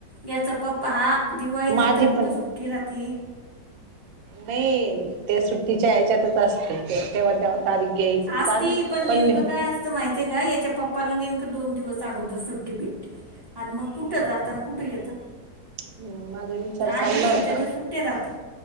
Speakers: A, on the right; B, on the right.
A: याचा पप्पा हा दिवाळीनंतर
B: माझी
A: कुठं
B: पण
A: सुट्टी राहती
B: नाही ते सुट्टीच्या याच्यातच असतंय ते तेव्हा ते तारीख घ्यायचं
A: असती
B: चालेल
A: पण नेमकं
B: मी
A: का माहितीय का याच्या पप्पाला नेमकं दोन दिवस अगोदर सुट्टी भेटी अन मग कुठं जाता न कुठं येता
B: हम्म माझा विचार
A: ते आठ
B: चालला
A: दिवसात
B: होता
A: त्याच्या सुट्ट्या राहता